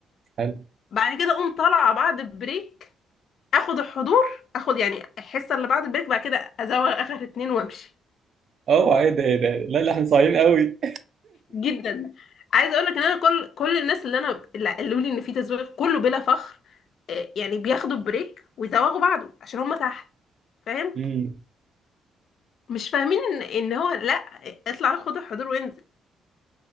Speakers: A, on the right; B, on the left.
A: حلو
B: بعد كده اقوم طالعه بعد البريك اخد الحضور اخد يعني الحصه اللي بعد البريك بعد كده ازوغ اخر اتنين وامشي
A: اوعى ايه ده ايه ده إيه ده؟ لا لا احنا صايعين قوي
B: جدا عايزه اقول لك ان انا كل كل الناس اللي انا اللي قالوا لي ان في تزوير كله بلا فخر آه، يعني بياخدوا بريك ويزوغوا بعده عشان هم تحت فاهم
A: امم <laughs>
B: مش فاهمين ان ان هو لا اطلع خد الحضور وانزل